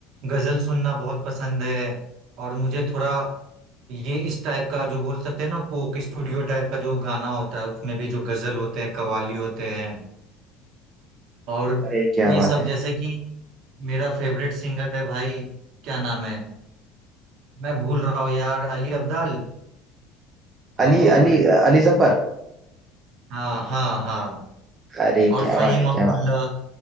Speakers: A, on the right (about 55°); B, on the right (about 20°).
A: गजल सुनना बहुत पसंद है और मुझे थोड़ा ये इस टाइप का जो बोल सकते हैं ना कोक स्टूडियो टाइप का जो गाना होता है उसमें भी जो गजल होते हैं कव्वाली होते हैं और
B: अरे क्या
A: ये
B: बात
A: सब
B: है
A: जैसे कि मेरा फेवरेट सिंगर है भाई क्या नाम है मैं भूल रहा हूँ यार अली अब्दाल
B: अली
A: और
B: अली अली जफर
A: हाँ हाँ हाँ
B: अरे
A: और
B: क्या
A: फहीम
B: बात है
A: अब्दुल्ला
B: क्या बात